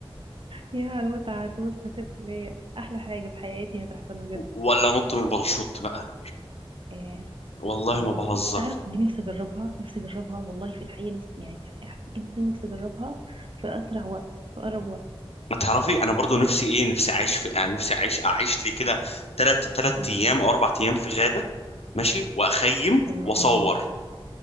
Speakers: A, on the right; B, on the left.
A: يا المتعه هتبص هتبقى اللي هي احلى حاجه في حياتي هتحصل بجد
B: و- ولا نط من الباراشوت بقى
A: آه،
B: والله
A: الله
B: ما بهزر
A: تعرف دي نفسي اجربها نفسي اجربها والله في الحقيقه نفسي يعني في الحقيقة جدا نفسي اجربها في اسرع وقت في اقرب وقت
B: ما تعرفي انا برضو نفسي ايه نفسي اعيش في يعني نفسي اعيش اعيش لي كده تلات تلات
A: امم
B: ايام او اربع ايام في غابة ماشي واخيم
A: واو
B: واصور